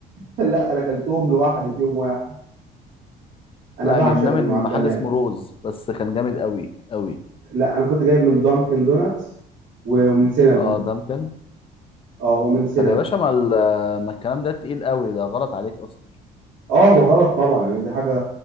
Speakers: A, on the right (about 80°); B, on the left (about 30°).
A: لا انا اكلتهم لوحدي في يوم واحد انا
B: لا
A: بعشق
B: جبناه
A: المعجنات
B: من محل اسمه روز بس كان جامد قوي قوي
A: لا انا كنت جايب من دانكن دوناتس و- ومن سينابون
B: اه دانكن
A: اه ومن سينابون
B: طب يا باشا ما, ال- ما الكلام ده تقيل قوي ده غلط عليك اصلا
A: اه وغلط طبعا يعني دي حاجه